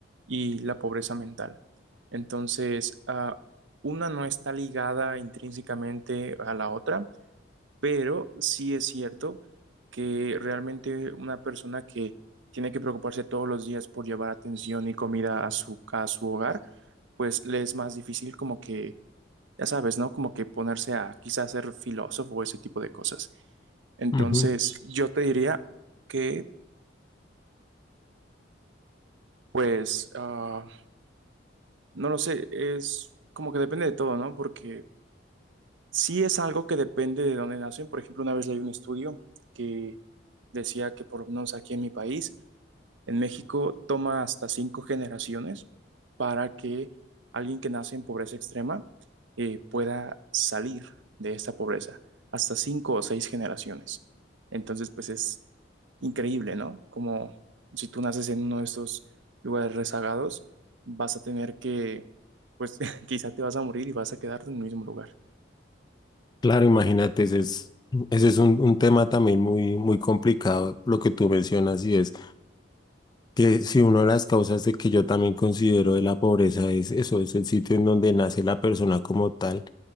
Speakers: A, on the right; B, on the left.
A: y la pobreza mental. Entonces, ah, una no está ligada intrínsecamente a la otra, pero sí es cierto que realmente una persona que tiene que preocuparse todos los días por llevar atención y comida a su, a su hogar, pues le es más difícil como que, ya sabes, ¿no? Como que ponerse a quizás ser filósofo o ese tipo de cosas. Entonces,
B: Ujú.
A: yo te diría que, pues, ah, no lo sé, es como que depende de todo, ¿no? Porque sí es algo que depende de dónde nacen. Por ejemplo, una vez leí un estudio que decía que por lo menos aquí en mi país, En México toma hasta cinco generaciones para que alguien que nace en pobreza extrema eh, pueda salir de esta pobreza, hasta cinco o seis generaciones. Entonces, pues es increíble, ¿no? Como si tú naces en uno de estos lugares rezagados, vas a tener que, pues <laughs> quizá te vas a morir y vas a quedarte en el mismo lugar.
B: Claro, imagínate, ese es, ese es un, un tema también muy, muy complicado, lo que tú mencionas, y es que si una de las causas de que yo también considero de la pobreza es eso, es el sitio en donde nace la persona como tal,